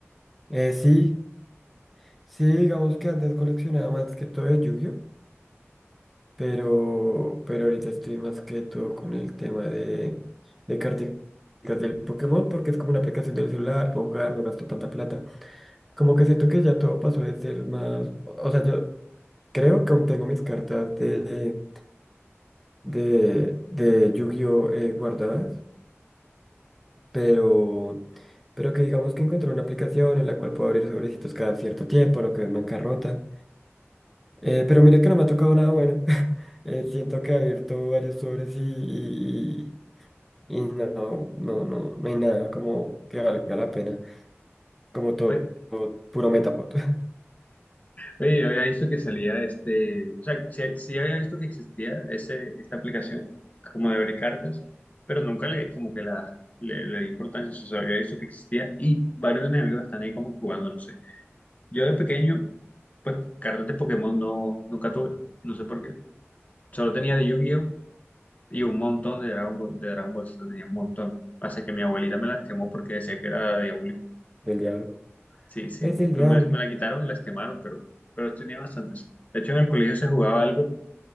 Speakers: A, in the centre; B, on the left (about 35°).
A: Eh, sí, sí, digamos que antes coleccionaba más que todo de Yu-Gi-Oh, pero, pero ahorita estoy más que todo con el tema de, de carticas del Pokémon porque es como una aplicación del celular, puedo jugar, no gasto tanta plata. Como que siento que ya todo pasó de ser más, o o sea, yo creo que aún tengo mis cartas de, de, de Yu-Gi-Oh eh, guardadas pero, pero que digamos que encontré una aplicación en la cual puedo abrir sobrecitos cada cierto tiempo, no quedo en bancarrota. Eh, pero mire que no me ha tocado nada bueno. <laughs> Eh, siento que he abierto varios sobres y, y, y, y no, no, no, no hay nada como que valga la pena. Como todo,
B: Oye,
A: todo puro metapod <laughs>
B: oye, yo había visto que salía este, o sea, sí, sí había visto que existía ese, esta aplicación como de abrir cartas, pero nunca le, como que la, le, le di importancia, o sea, había visto que existía y varios de mis amigos están ahí como que jugando, no sé. Yo de pequeño, pues cartas de Pokémon no, nunca tuve, no sé por qué. Solo tenía de Yu-Gi-Oh! Y un montón de Dragon Ball, de Dragon Ball Z tenía un montón. Pasa que mi abuelita me las quemó porque decía que era diabólico.
A: del diablo.
B: Sí, sí.
A: Es del
B: Primero
A: diablo,
B: me la quitaron y las quemaron, pero, pero tenía bastantes. De hecho, en el colegio se jugaba algo.